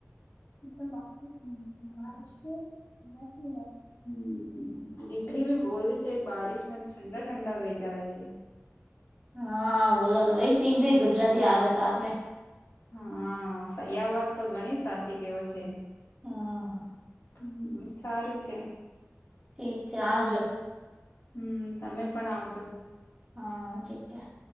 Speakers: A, on the left; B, on the right.
A: <inaudible> હમ્મ, દીકરી ભી બોલે છે કે બારિશ મે ઠંડા-ઠંડા વેજ આવે છે.
B: હા <unintelligible> તો <unintelligible> શીખ જી ગુજરાતી આવડે સા આપને.
A: હા. સહી આ વાત તો ઘણી સાચી કેવો છે.
B: હા.
A: હમ્મ, સારું છે.
B: ઠીક છે, આવજો.
A: હમ્મ, તમે પણ આવજો.
B: હા <unintelligible>